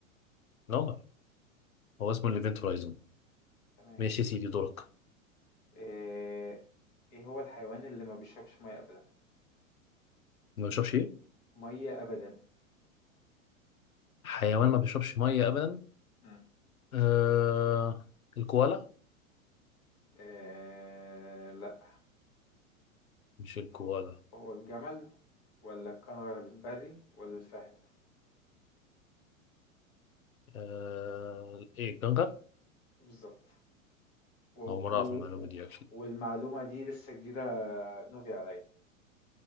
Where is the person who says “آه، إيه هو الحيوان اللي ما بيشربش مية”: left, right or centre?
Left